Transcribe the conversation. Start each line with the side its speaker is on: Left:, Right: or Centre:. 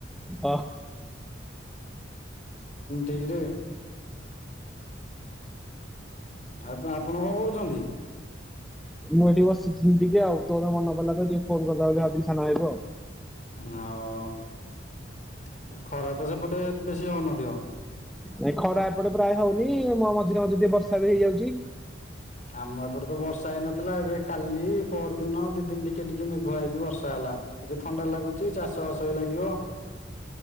Centre: ଅ
Left: ଟିରେ ଆ ତ ଆପଣ କଣ କରୁଚନ୍ତି?
Centre: ମୁଁ ଏଠି ବିଶିଥିଲି ଟିକେ ଆଉ ତୋ କଥା ମନେ ପଇଲା ତ ଟିକେ ଫୋନ୍ କରିଦବା ଭାବିଲି ସାନ ଭାଇକୁ ଆଉ।
Left: ହଉ ଖରା ତ ସେପଟେ ବେଶୀ ହୋଉନଥିବ?
Centre: ନାଇଁ ଖରା ଏପଟେ ପ୍ରାୟେ ହୋଉନି ମୋ ମଝିରେ ମଝିରେ ଟିକେ ବର୍ଷା ବି ହେଇଯାଉଚି।
Left: ଆମ ଏପଟେ ତ ବର୍ଷା ହେଇନଥିଲା ଏବେ କାଲି ପର ଦିନ ଦି ଦିନ ଟିକେ ଟିକେ ମେଘୁଆ ହେଇକି ବର୍ଷା ହେଲା। ଟିକେ ଥଣ୍ଡା ଲାଗୁଚି ଚାଷ ବାସ ବି ଲାଗିବ।